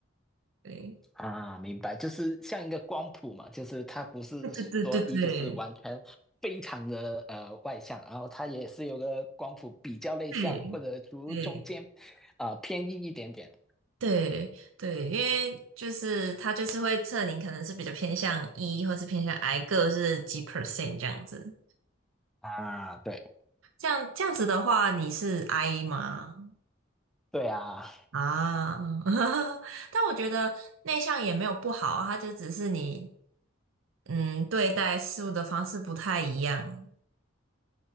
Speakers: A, on the right; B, in the centre.
A: 对，
B: 啊，明白，就是像一个光谱嘛，就是他不是说一就是完全非常的呃外向，
A: 对对对对对
B: 然后他也是有个光谱比较内向，
A: 对。
B: 或者除中间
A: 对
B: 啊、呃偏硬一点点
A: 对对，因为就是他就是会测你可能是比较偏向 E 或是偏向 I 个是几 percent 这样子。
B: 啊，对
A: 这样这样子的话，你是 I 吗？
B: 对啊，
A: 啊，<laughs> 但我觉得内向也没有不好啊，它就只是你嗯对待事物的方式不太一样。